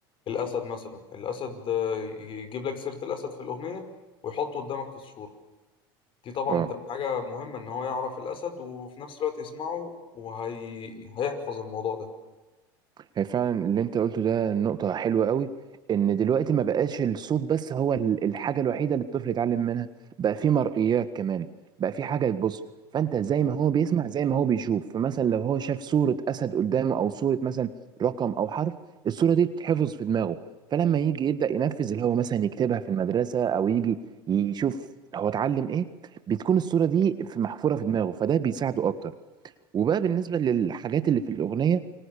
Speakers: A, on the left; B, on the right.
A: الأسد مثلا الأسد آه، يجيب لك سيرة الأسد في الأغنية ويحطه قدامك في الصورة دي طبعا
B: اه
A: بتبقى حاجة مهمة إن هو يعرف الأسد وفي نفس الوقت يسمعه وهي... هيحفظ الموضوع ده
B: هي فعلا اللي انت قلته ده نقطة حلوة قوي ان دلوقتي ما بقاش الصوت بس هو ال- الحاجة الوحيدة اللي الطفل يتعلم منها بقى في مرئيات كمان بقى في حاجة تبص فانت زي ما هو بيسمع زي ما هو بيشوف فمثلا لو هو شاف صورة اسد قدامه او صورة مثلا رقم او حرف الصورة دي بتتحفظ في دماغه فلما يجي يبدأ ينفذ اللي هو مثلا يكتبها في المدرسة او يجي يشوف هو اتعلم ايه بتكون الصورة دي في- محفورة في دماغه فده بيساعده اكتر وبقى بالنسبة للحاجات اللي في الأغنية